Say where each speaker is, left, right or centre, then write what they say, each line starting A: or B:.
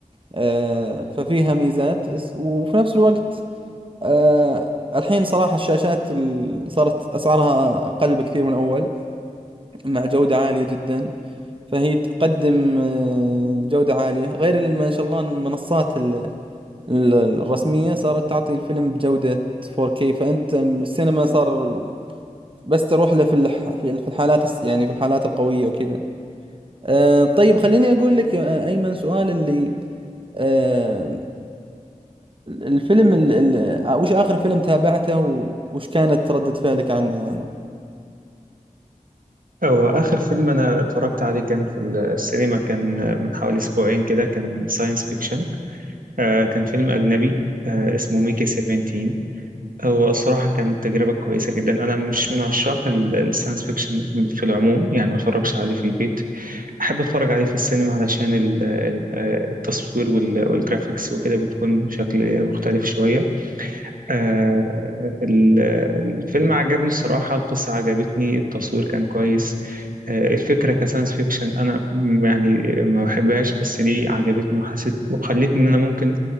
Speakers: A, on the right; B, on the right.
A: آه، ففيها ميزات وفي نفس الوقت آه الحين صراحة الشاشات ال- صارت أسعارها أقل بكثير من أول مع جودة عالية جدا فهي تقدم آه، جودة عالية غير ال- ما شاء الله إن المنصات ال- ال- الرسمية صارت تعطي الفيلم بجودة 4K فأنت م- السينما صار بس تروح له في الح... في ال- في الحالات الص- يعني في الحالات القوية وكذا آه طيب خليني أقول لك يا أيمن سؤال اللي آه، الفيلم ال... ال... آه، وش آخر فيلم تابعته و- وش كانت ردة فعلك عنه يعني
B: هو آخر فيلم أنا اتفرجت عليه كان في السينما كان من حوالي أسبوعين كده كان ساينس فيكشن آه كان فيلم أجنبي آه اسمه ميكي 17 هو الصراحة كانت تجربة كويسة جدا أنا مش من عشاق ال- الساينس فيكشن في العموم يعني ما اتفرجش عليه في البيت أحب أتفرج عليه في السينما علشان ال- ال- آه، التصوير وال- والجرافيكس وكده بتكون بشكل مختلف شوية آه، ال- الفيلم عجبني الصراحة القصة عجبتني التصوير كان كويس آه، الفكرة كساينس فيكشن أنا م- يعني ما بحبهاش بس دي عجبتني وحسيت وخلتني إن أنا ممكن